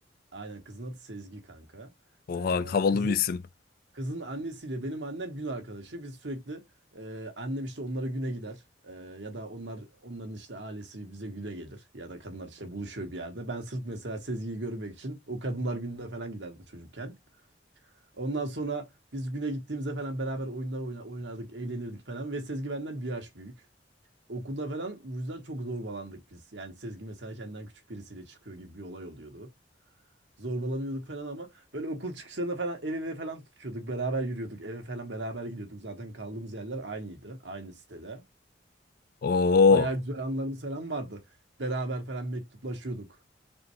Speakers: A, on the right; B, on the left.
A: aynen kızın adı Sezgi kanka.
B: Oha
A: Ee,
B: havalı
A: kızın
B: bir isim.
A: Kızın annesiyle benim annem gün arkadaşı. Biz sürekli e, annem işte onlara güne gider. E, ya da onlar onların işte ailesi bize güne gelir. Ya da kadınlar işte buluşuyor bir yerde. Ben sırf mesela Sezgi'yi görmek için o kadınlar gününe falan giderdim çocukken. Ondan sonra biz güne gittiğimizde falan beraber oyunlar oyna- oynardık, eğlenirdik falan. Ve Sezgi benden bir yaş büyük. Okulda falan bu yüzden çok zorbalandık biz. Yani Sezgi mesela kendinden küçük birisiyle çıkıyor gibi bir olay oluyordu. Zorbalanıyorduk falan ama böyle okul çıkışlarında falan el ele falan tutuyorduk. Beraber yürüyorduk. Eve falan beraber gidiyorduk. Zaten kaldığımız yerler aynıydı. Aynı sitede.
B: Oo
A: Bayağı güzel anılarımız falan vardı. Beraber falan mektuplaşıyorduk.